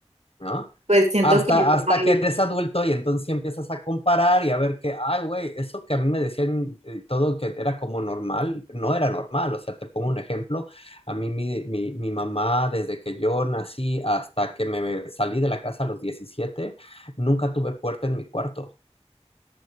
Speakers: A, on the left; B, on the right.
A: ¿no?
B: pues siento
A: Hasta,
B: que por
A: hasta
B: ahí
A: que eres adulto y entonces sí empiezas a comparar y a ver que, ay, güey, eso que a mí me decían eh, todo que era como normal, no era normal. O sea, te pongo un ejemplo. A mí mi, mi, mi mamá, desde que yo nací hasta que me salí de la casa a los 17 nunca tuve puerta en mi cuarto.